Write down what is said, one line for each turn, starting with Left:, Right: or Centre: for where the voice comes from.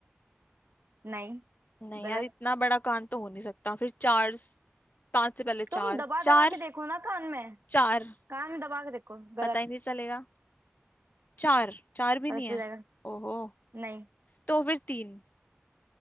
Right: नहीं
Left: नहीं
Right: गलत
Left: यार इतना बड़ा कान तो हो नहीं सकता फिर चार पांच से पहले चार
Right: तुम दबा
Left: चार
Right: दबा के देखो ना कान में
Left: चार
Right: कान में दबा के देखो गलत
Left: पता ही नहीं चलेगा चार चार भी
Right: पता
Left: नहीं
Right: चल
Left: है
Right: जाएगा
Left: ओहो
Right: नहीं
Left: तो फिर तीन